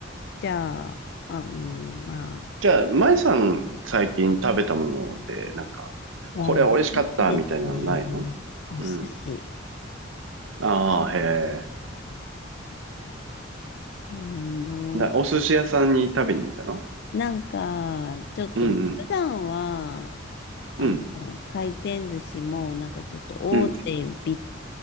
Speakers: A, on the left; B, on the right.
A: じゃあ、あ、うん、ま
B: じゃあ、舞さん最近食べたもので、なんか、
A: あ、
B: これ美味しかったみたいなのないの
A: わあ、お寿司ですね。お寿司。
B: うん。ああ、へえ。
A: うんの、
B: な、お寿司屋さんに食べに行ったの
A: なんか、ちょっと、
B: うんうん。
A: 普段は、あの、
B: うん。
A: 回転寿司も、なんかちょっと大手ビ
B: うん。